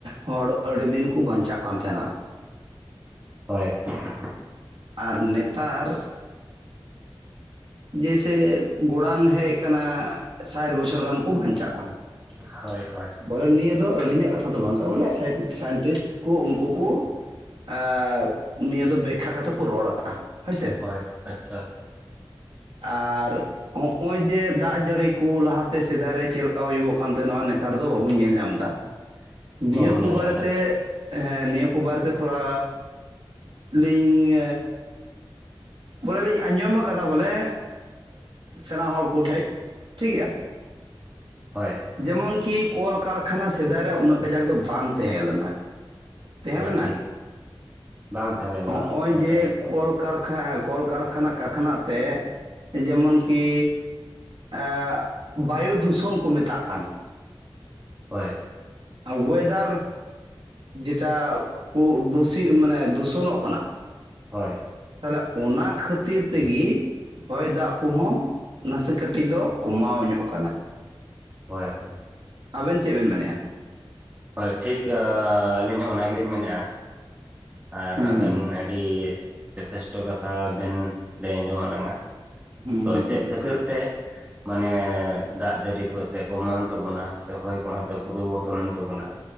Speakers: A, on the right (about 70°); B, on the right (about 20°).
A: ᱦᱚᱲ ᱟᱹᱰᱤ ᱫᱤᱱ ᱠᱚ ᱵᱟᱧᱪᱟᱜ ᱠᱟᱱ ᱛᱟᱦᱮᱸᱱᱟ ᱾
B: ᱦᱳᱭ ᱾
A: ᱟᱨ ᱱᱮᱛᱟᱨ ᱡᱮᱥᱮ ᱜᱚᱲᱟᱱ ᱦᱮᱡ ᱟᱠᱟᱱᱟ ᱥᱟᱴ ᱵᱚᱪᱷᱚᱨ ᱜᱟᱱ ᱠᱚ ᱵᱟᱧᱪᱟᱜ ᱠᱟᱱᱟ
B: ᱦᱳᱭ
A: ᱾
B: ᱦᱳᱭ
A: ᱵᱚᱞᱮ ᱱᱤᱭᱟᱹ ᱫᱚ ᱟᱹᱞᱤᱧᱟᱜ ᱠᱟᱛᱷᱟ ᱫᱚ ᱵᱟᱝ ᱠᱟᱱᱟ ᱵᱚᱞᱮ ᱥᱟᱭᱮᱱᱴᱤᱥᱴ ᱠᱚ ᱩᱱᱠᱩ ᱠᱚ ᱟᱻ ᱱᱤᱭᱟᱹ ᱫᱚ ᱵᱮᱠᱠᱷᱟ ᱠᱟᱛᱮ ᱠᱚ ᱨᱚᱲ ᱟᱠᱟᱜᱼᱟ ᱦᱳᱭᱥᱮ ᱾
B: ᱦᱚᱭ ᱟᱪᱪᱷᱟ ᱾
A: ᱟᱨ ᱦᱚᱜᱼᱚᱭ ᱡᱮ ᱫᱟᱜ ᱡᱟᱹᱲᱤ ᱠᱚ ᱞᱟᱦᱟᱛᱮ ᱥᱮᱫᱟᱭ ᱨᱮ ᱪᱮᱫ ᱞᱮᱠᱟ ᱦᱩᱭᱩᱜᱚᱜ ᱠᱟᱱ ᱛᱟᱦᱮᱱᱚᱜᱼᱟ ᱱᱮᱛᱟᱨ ᱫᱚ ᱵᱟᱵᱚᱱ ᱧᱮᱞ ᱧᱟᱢ ᱮᱫᱟ᱾
B: <unintelligible>
A: ᱱᱤᱭᱟᱹ ᱠᱚ
B: ᱧᱮᱞ ᱧᱟᱢ
A: ᱵᱟᱨᱮᱛᱮ
B: ᱮᱫᱟ
A: ᱦᱮᱸ ᱱᱤᱭᱟᱹ ᱠᱚ ᱵᱟᱨᱮ ᱛᱮ ᱛᱷᱚᱲᱟ ᱞᱤᱧ ᱵᱚᱞᱮ ᱞᱤᱧ ᱟᱸᱡᱚᱢ ᱟᱠᱟᱫᱟ ᱵᱚᱞᱮ ᱥᱮᱬᱟ ᱦᱚᱲ ᱠᱚᱴᱷᱮᱡ ᱴᱷᱤᱠ ᱜᱮᱭᱟ᱾
B: ᱦᱳᱭ
A: ᱡᱮᱢᱚᱱ ᱠᱤ ᱠᱚᱞᱠᱟᱨᱠᱷᱟᱱᱟ ᱥᱮᱫᱟᱭ ᱨᱮ ᱩᱱᱟᱹᱜ ᱠᱟᱡᱟᱠ ᱫᱚ ᱵᱟᱝ ᱛᱟᱦᱮᱸᱞᱮᱱᱟ᱾ ᱛᱟᱦᱮᱸ
B: ᱦᱳᱭ
A: ᱞᱮᱱᱟ
B: ᱴᱷᱤᱠ ᱵᱟᱝ ᱛᱟᱦᱮᱸ ᱞᱮᱱᱟ
A: ᱦᱚᱸᱜᱼᱚᱭ
B: ᱩᱱᱟᱹᱜ
A: ᱡᱮ
B: ᱠᱟᱡᱟᱠ ᱫᱚ
A: ᱠᱚᱞᱠᱟᱨ ᱦᱮᱸ ᱠᱚᱞᱠᱟᱨᱠᱷᱟᱱᱟ ᱠᱟᱨᱠᱷᱱᱟᱜ ᱛᱮ ᱡᱮᱢᱚᱱᱠᱤ ᱮᱜ ᱵᱟᱭᱩ ᱫᱩᱥᱚᱱ ᱠᱚ ᱢᱮᱛᱟᱜ ᱠᱟᱱ।
B: ᱦᱳᱭ
A: ᱚᱭᱮᱫᱟᱨ ᱡᱮᱴᱟ ᱠᱩᱜ ᱫᱩᱥᱤ ᱢᱟᱱᱮ ᱫᱩᱥᱚᱱᱚᱜ ᱠᱟᱱᱟ।
B: ᱦᱳᱭ
A: ᱛᱟᱦᱚᱞᱮ ᱚᱱᱟ ᱠᱷᱟᱹᱛᱤᱨ ᱛᱮᱜᱮ ᱦᱚᱭ ᱫᱟᱜ ᱠᱚᱦᱚᱸ ᱱᱟᱥᱮ ᱠᱟᱹᱴᱤᱡ ᱫᱚ ᱠᱚᱢᱟᱣ ᱧᱚᱜ ᱠᱟᱱᱟ᱾
B: ᱦᱳᱭ ᱦᱳᱭ
A: ᱟᱵᱮᱱ ᱪᱮᱫ ᱵᱮᱱ ᱢᱮᱱᱮᱫᱼᱟ?
B: ᱦᱳᱭ ᱴᱷᱤᱠ ᱟᱹᱞᱤᱧ ᱦᱚᱸ ᱚᱱᱟ ᱜᱮᱞᱤᱧ ᱢᱮᱱᱮᱫᱼᱟ᱾ ᱟᱨ
A: ᱦᱩᱸ
B: ᱟᱵᱮᱱ
A: ᱦᱩᱸ
B: ᱟᱹᱰᱤ ᱡᱚᱛᱷᱮᱥᱴᱚ ᱠᱟᱛᱷᱟ ᱵᱮᱱ ᱞᱟᱹᱭ ᱟᱸᱡᱚᱢᱟ ᱞᱟᱝᱟ᱾
A: ᱦᱩᱸ
B: ᱛᱚ
A: ᱦᱩᱸ
B: ᱪᱮᱫ ᱠᱷᱟᱹᱛᱤᱨ ᱛᱮ ᱢᱟᱱᱮ ᱫᱟᱜ ᱡᱟᱹᱲᱤ ᱠᱚ ᱮᱱᱛᱜ ᱠᱚᱢᱟᱣᱮᱱ ᱛᱟᱵᱚᱱᱟ ᱥᱮ ᱦᱚᱭ ᱠᱚᱦᱚᱸ ᱮᱱᱛᱜ ᱯᱚᱨᱤᱵᱚᱨᱛᱚᱱᱮᱱ ᱛᱟᱵᱚᱱᱟ?